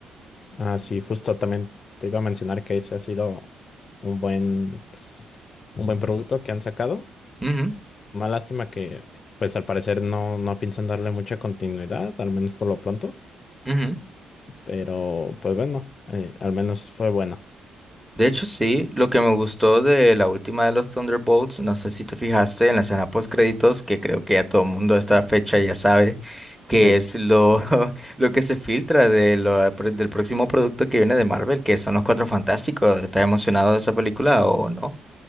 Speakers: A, on the left (about 45°); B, in the centre.
A: Ah, sí, justo también te iba a mencionar que ese ha sido un buen, un buen producto que han sacado.
B: Ujú,
A: Una lástima que, pues al parecer no, no piensan darle mucha continuidad, al menos por lo pronto.
B: ujú.
A: Pero, pues bueno, eh, al menos fue bueno.
B: De hecho, sí, lo que me gustó de la última de los Thunderbolts, no sé si te fijaste en la escena post créditos, que creo que ya todo el mundo a esta fecha ya sabe que
A: Sí,
B: es lo, <laughs> lo que se filtra de lo, del próximo producto que viene de Marvel, que son los Cuatro Fantásticos. ¿Estás emocionado de esa película o no?